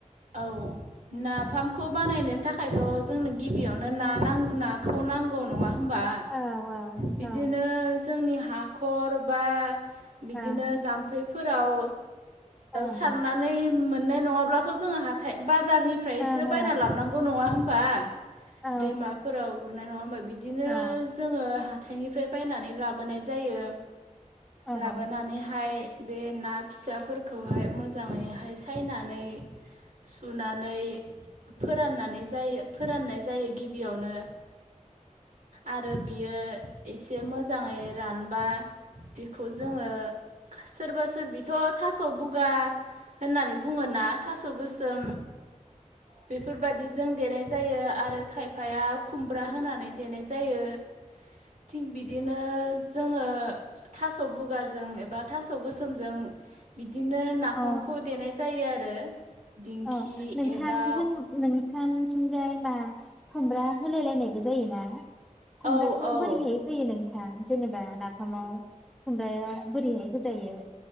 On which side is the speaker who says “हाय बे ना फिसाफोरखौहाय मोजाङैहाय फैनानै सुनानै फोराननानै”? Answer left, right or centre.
Right